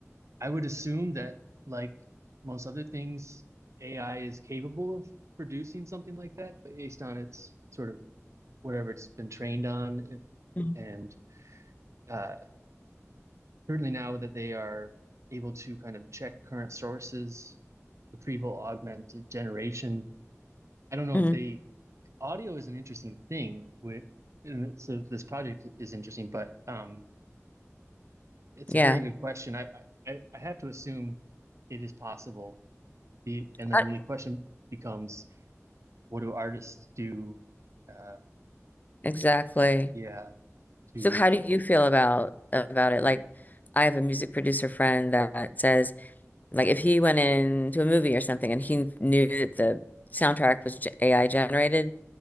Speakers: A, on the right (about 65°); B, on the left (about 30°).
A: I would assume that, like most other things, AI is capable of producing something like that, but based on its sort of whatever it's been trained on. If,
B: creation?
A: and uh, certainly now that they are able to kind of check current sources, retrieval augmented generation. I don't know
B: hmm
A: if they, audio is an interesting thing with, and it's a, this project is interesting, but um, it's
B: Yeah.
A: a very good question. I, I, I have to assume it is possible. The, and then
B: Not-
A: the question becomes what do artists do? Um,
B: Exactly.
A: yeah, to
B: So how do you feel about about it? Like I have a music producer friend that says like if he went into a movie or something and he knew that the soundtrack was ge- AI generated,